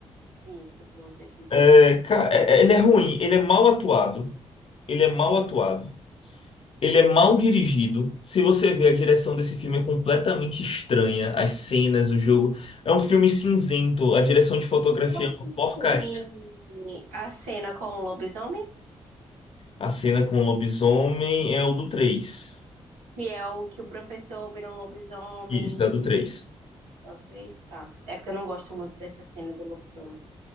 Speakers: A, on the right; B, on the left.
A: Isso, do Walter
B: É, ca- é- é- ele é ruim, ele é mal atuado. Ele é mal atuado. Ele é mal dirigido. Se você vê, a direção desse filme é completamente estranha. As cenas, o jogo. É um filme cinzento. A direção de fotografia
A: Qual
B: é
A: que
B: uma porcaria.
A: tem a cena com o lobisomem?
B: A cena com o lobisomem é o do três
A: Que é o que o professor vira um lobisomem.
B: Isso, é o do três
A: É o 3, tá. É porque eu não gosto muito dessa cena do lobisomem.